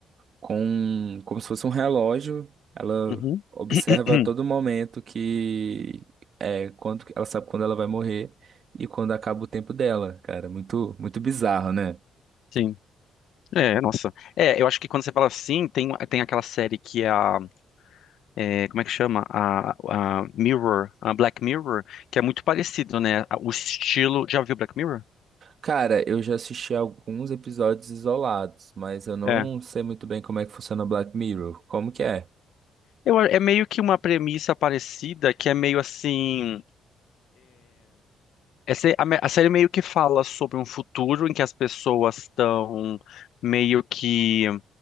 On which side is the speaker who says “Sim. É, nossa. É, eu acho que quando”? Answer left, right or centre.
Left